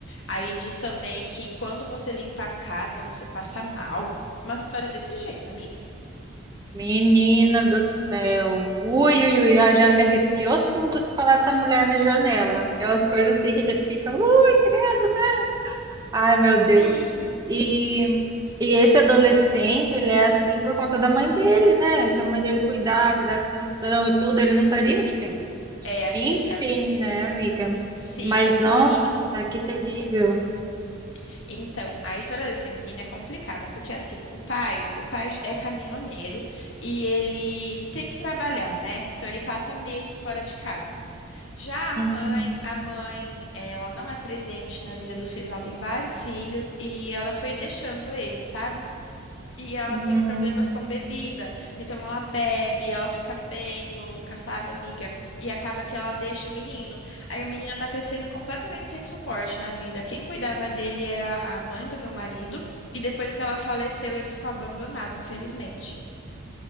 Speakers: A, on the left; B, on the right.
A: Aí diz também que quando você limpa a casa, você passa mal. Uma história desse jeito, amiga.
B: Menina do céu. Ui, ui, ui, ó, já me arrepiou tudo se falar dessa mulher na janela. É umas coisas assim que a gente fica, ui, credo. Ai, meu Deus.
A: Sim.
B: E, e esse adolescente, ele é assim por conta da mãe dele, né? Se a mãe dele cuidasse, desse atenção e tudo, ele não estaria assim.
A: É, amiga.
B: Enfim, né, amiga?
A: Sim,
B: Mas,
A: esse
B: nossa,
A: menino.
B: que terrível.
A: Hum. Então, a história desse menino é complicada, porque assim, o pai, o pai é caminhoneiro e ele tem que trabalhar, né? Então ele passa meses fora de casa. Já a
B: Uhum,
A: mãe, a mãe, ela não é presente na vida dos filhos, ela tem vários filhos e ela foi deixando ele, sabe? E ela
B: uhum.
A: tem problemas com bebida. Então ela bebe, ela fica bem louca, sabe, amiga? E acaba que ela deixa o menino. Aí o menino tá crescendo completamente sem suporte na vida. Quem cuidava dele era a mãe do meu marido. E depois que ela faleceu, ele ficou abandonado, infelizmente.